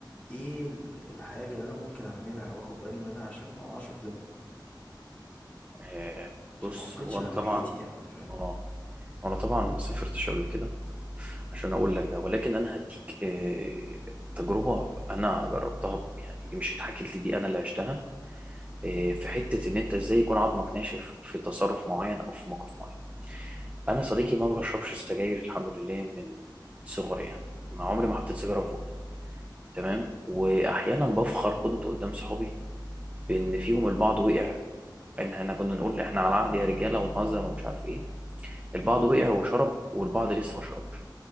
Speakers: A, on the left; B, on the right.
A: ايه ال- الحاجة اللي انا ممكن اعملها واخد بالي منها عشان ما اقعش في ده
B: آه، بص
A: عشان ما افقدش
B: هو انا
A: هويتي
B: طبعا
A: يعني فاهم
B: اه وانا طبعا ما سافرتش قبل كده عشان اقول لك ده ولكن انا هديك آه، تجربه انا جربتها ب- يعني دي مش اتحكت لي دي انا اللي عشتها آه، في حته ان انت ازاي يكون عظمك ناشف في تصرف معين او في موقف معين انا صديقي ما بشربش سجاير الحمد لله من صغري يعني ما عمري ما حطيت سيجاره في بوقي تمام
A: مم.
B: واحيانا بفخر كنت قدام صحابي بان فيهم البعض وقع ان احنا كنا نقول احنا على عهد يا رجاله ونهزر ومش عارف ايه البعض وقع وشرب والبعض لسه ما شربش